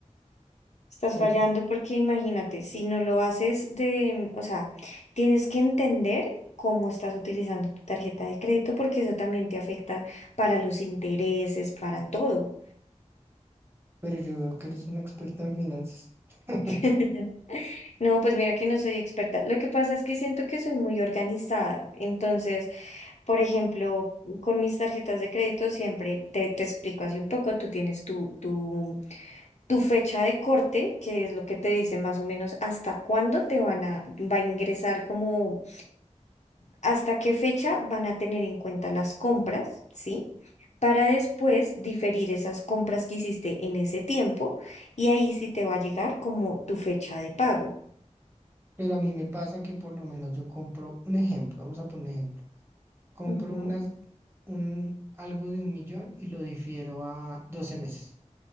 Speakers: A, on the left (about 65°); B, on the right (about 20°).
A: Estás
B: pero,
A: fallando porque imagínate, si no lo haces de, o sea, tienes que entender cómo estás utilizando tu tarjeta de crédito porque eso también te afecta para los intereses, para todo.
B: pero yo veo que eres una experta en finanzas. <laughs>
A: <laughs> No, pues mira que no soy experta. Lo que pasa es que siento que soy muy organizada. Entonces, Por ejemplo, con mis tarjetas de crédito siempre te, te explico así un poco, tú tienes tu, tu, tu fecha de corte, que es lo que te dice más o menos hasta cuándo te van a, va a ingresar como, hasta qué fecha van a tener en cuenta las compras, ¿sí? Para después diferir esas compras que hiciste en ese tiempo y ahí sí te va a llegar como tu fecha de pago.
B: Pero a mí me pasa que por lo menos yo compro un ejemplo, vamos a poner un ejemplo, compro
A: Ujú,
B: unas, un, algo de un millón y lo difiero a 12 meses.